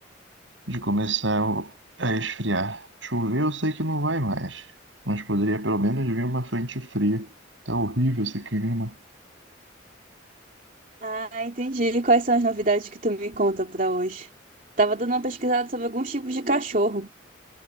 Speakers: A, on the right; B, on the right.
A: de começar o- a esfriar. Chover eu sei que não vai mais, mas poderia pelo menos vir uma frente fria. Tá horrível esse clima.
B: Ah, entendi. Quais são as novidades que tu me conta pra hoje? Tava dando uma pesquisada sobre alguns tipos de cachorro.